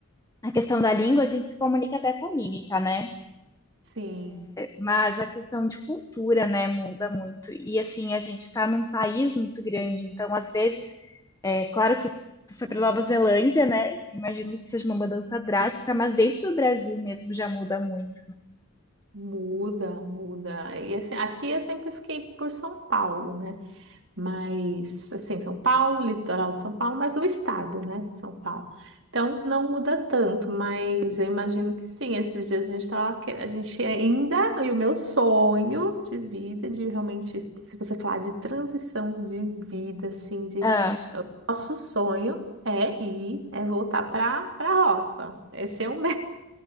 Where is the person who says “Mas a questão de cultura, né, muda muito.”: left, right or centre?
Left